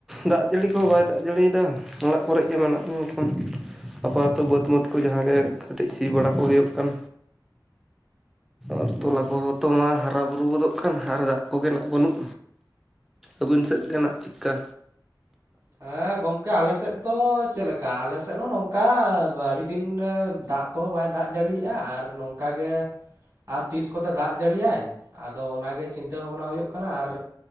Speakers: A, in the centre; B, on the right (about 50°).
A: ᱫᱟᱜ ᱡᱟᱹᱲᱤ ᱠᱚᱦᱚᱸ ᱵᱟᱭ ᱫᱟᱜ ᱡᱟᱹᱲᱤᱭᱫᱟ ᱚᱲᱟᱜ ᱠᱚᱨᱮᱜ ᱜᱮ ᱢᱮᱱᱟᱜ <inaudible> ᱟᱯᱟᱛᱚᱛᱚ ᱵᱟᱹᱛ ᱢᱟᱹᱛ ᱠᱚ ᱡᱟᱦᱟᱸᱜᱮ ᱠᱟᱹᱴᱤᱡ ᱥᱤ ᱵᱟᱲᱟ ᱠᱚ ᱦᱩᱭᱩᱜ ᱠᱟᱱ᱾ ᱟᱨ ᱛᱚᱞᱟ ᱠᱚᱦᱚᱸ ᱛᱚ ᱢᱟ ᱦᱟᱨᱟ ᱵᱩᱨᱩ ᱜᱚᱫᱚᱜ ᱠᱟᱱ ᱟᱨ ᱫᱟᱜ ᱠᱚᱜᱮ ᱱᱟᱜ ᱵᱟᱹᱱᱩᱜ᱾ ᱟᱹᱵᱤᱱ ᱥᱮᱫ ᱜᱮ ᱱᱟᱜ ᱪᱤᱠᱠᱟ?
B: ᱦᱮᱸ ᱜᱚᱢᱠᱮ ᱟᱞᱮ ᱥᱮᱫ ᱫᱚ ᱪᱮᱫ ᱞᱮᱠᱟ ᱟᱞᱮ ᱥᱮᱫ ᱦᱚᱸ ᱱᱚᱝᱠᱟ ᱟᱹᱰᱤ ᱫᱤᱱ ᱫᱟᱜ ᱠᱚᱦᱚᱸ ᱵᱟᱭ ᱫᱟᱜ ᱡᱟᱹᱲᱤᱭᱟᱜᱼᱟ ᱟᱨ ᱱᱚᱝᱠᱟ ᱜᱮ ᱟᱨ ᱛᱤᱥ ᱠᱚᱛᱮ ᱫᱟᱜ ᱡᱟᱹᱲᱤᱭᱟᱭ᱾ ᱟᱫᱚ ᱚᱱᱟ ᱜᱮ ᱪᱤᱱᱛᱟᱹ ᱵᱷᱟᱵᱽᱱᱟ ᱦᱳᱭᱳᱜ ᱠᱟᱱᱟ ᱟᱨ